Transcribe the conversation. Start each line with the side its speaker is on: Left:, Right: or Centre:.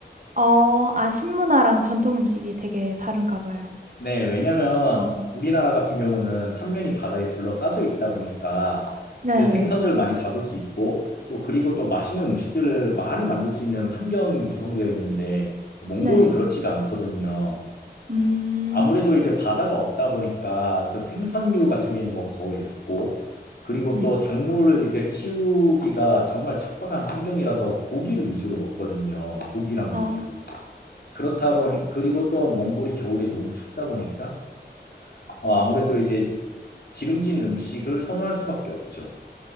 Right: 어, 아, 신문화랑 전통 음식이 되게 다른가 봐요.
Left: 네, 왜냐면
Right: 어,
Left: 우리나라 같은 경우는 삼면이 바다에 둘러싸여 있다 보니까
Right: 네,
Left: 이제 생선들 많이 잡을 수 있고 또 그리고 또 맛있는 음식들을 많이 만들 수 있는 환경이 조성되어 있는데 몽골은
Right: 네,
Left: 그렇지가 않거든요.
Right: 음,
Left: 아무래도 이제 바다가 없다 보니까 그 생선류 같은 게 뭐 거의 없고 그리고
Right: 네.
Left: 또 작물을 이렇게 키우기가 정말 척박한 환경이라서 고기를 위주로 먹거든요. 고기랑
Right: 아,
Left: 우유. 그렇다 보니 그리고 또 몽골이 겨울에 너무 춥다 보니까 어, 아무래도 이제 기름진 음식을 선호할 수밖에 없죠.